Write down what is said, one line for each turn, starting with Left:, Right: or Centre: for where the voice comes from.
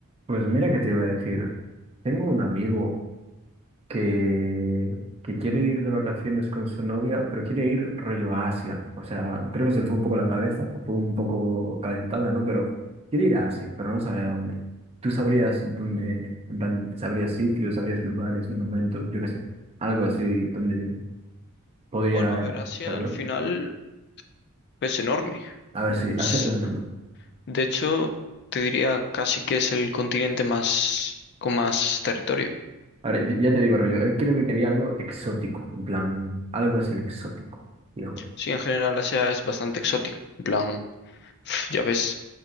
Right: Pues mira que te iba a decir, tengo un amigo que, que quiere ir de vacaciones con su novia, pero quiere ir rollo a Asia. O sea, creo que se le fue un poco la cabeza, o fue un poco calentada, ¿no? Pero quiere ir a Asia, pero no sabe a dónde. Tú sabrías dónde, en plan, sabrías sitios, sabrías lugares, monumentos, yo qué sé, algo así donde podría
Left: Bueno, a ver, Asia
Right: estar
Left: al
Right: yo.
Left: final es enorme.
Right: A ver si,
Left: Es-
Right: Asia es donde no
Left: De hecho, te diría casi que es el continente más con más territorio.
Right: A ver, y- ya te digo, rollo, él creo que quería algo exótico, en plan, algo así exótico, viejo.
Left: Sí, en general Asia es bastante exótico. En plan, <sniffs> pf, ya ves,